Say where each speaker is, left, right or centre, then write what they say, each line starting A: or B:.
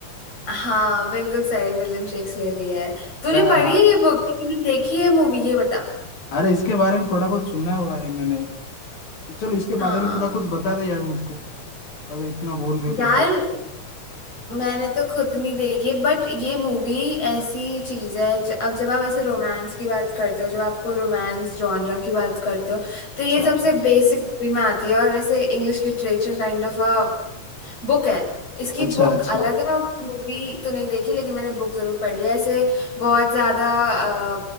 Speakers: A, on the left; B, on the left.
A: हाँ बिल्कुल सही विलियम शेक्सपियर ही है तूने
B: या
A: पढ़ी है ये बुक तूने देखी है मूवी ये बता
B: अरे इसके बारे में थोड़ा बहुत सुना हुआ है मैंने चलो इसके बारे
A: हाँ
B: में थोड़ा कुछ बता दे यार मुझको अगर इतना बोल रहे तो
A: यार
B: फिर
A: मैंने तो खुद नहीं देखी बट ये मूवी ऐसी चीज है ज- अब जब आप ऐसे रोमांस की बात करते हो जब आपको रोमांस जॉनरा की बात करते हो तो ये
B: अच्छा
A: सबसे बेसिक मूवी में आती है और वैसे English literature kind of a book है इसकी
B: अच्छा
A: बुक
B: अच्छा
A: अलग है और मूवी तो नहीं देखी लेकिन मैंने बुक जरूर पढ़ी है ऐसे बहुत ज्यादा अ,